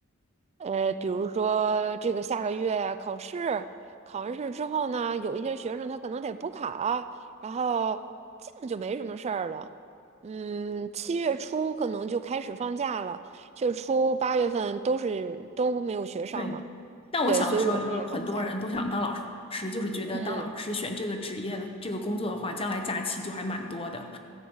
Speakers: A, on the right; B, on the left.
A: 呃，比如说这个下个月考试，考完试之后呢，有一些学生他可能得补考啊，然后基本就没什么事儿了。嗯，七月初可能就开始放假了，七月初八月份都是都没有学上嘛，
B: 对。但我小的时候，
A: 对，所以我们也放假。
B: 就是有很多人都想当老师，就是觉得当老师选这个职业的这个工作的话，
A: 嗯。
B: 将来假期就还蛮多的，